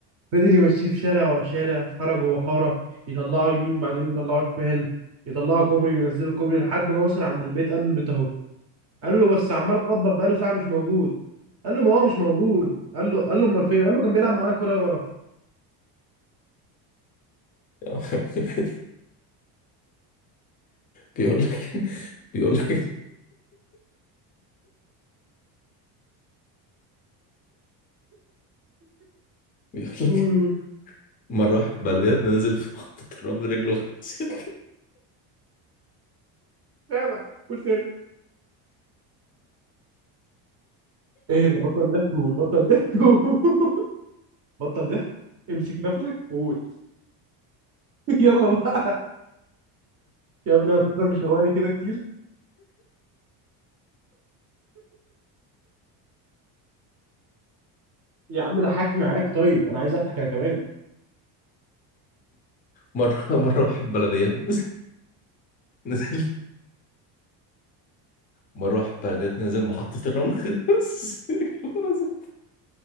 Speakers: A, on the right; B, on the left.
A: فضل يمشيه في شارع ورا شارع حاره جوه حاره يطلعه يمين بعدين يطلعه شمال يطلعه كوبري وينزله كوبري لحد ما وصل عند البيت قال له البيت اهو قال له بس عمال اخبط بقاله ساعه مش موجود قال له ما هو مش موجود قال له قال له امال فين قال له كان بيلعب معانا كوره ورا
B: <laughs> بيقول لك <laughs> بيقول لك بيقول لك
A: قول قول
B: مرة واحد بلدياتنا نزل في محطة الرمل رجله غرزت
A: سامع قول تاني ايه ده بطل ضحك قول بطل ضحك قول. <laughs> بطل ضحك امسك نفسك وقول <laughs> يلا بقى يا ابني هتفضل مشوقني كده كتير يا عم ضحكني معاك طيب انا عايز اضحك انا كمان
B: مرة مرة واحد بلدياتنا نزل مرة واحد بلدياتنا نزل محطة الرمل غرز رجله غرزت